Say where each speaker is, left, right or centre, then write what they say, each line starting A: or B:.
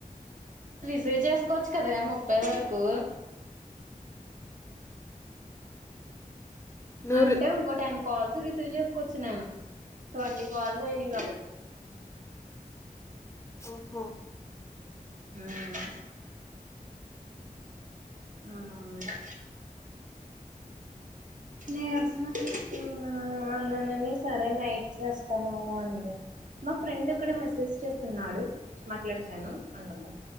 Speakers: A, on the right (about 60°); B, on the left (about 20°).
A: ఫ్రీ చేసుకోవచ్చు కదా ముప్పై వరకు
B: నూరు
A: అంటే ఇంకో టెన్ కాల్స్ చేసుకొచ్చి నను ట్వంటి కాల్స్ అయినాయి కాబట్టి
B: మ్మ్ ఉహ్మ్
A: ఉమ్మ్ ఉమ్మ్ నా టియియర్స్ నుచి యట్లో వల్లనని సరే నైట్ చేస్తాను అంది మా ఫ్రెండ్ ఒకడు మెసేజ్ చేస్తున్నాడు మాట్లాడతాను అంటుంది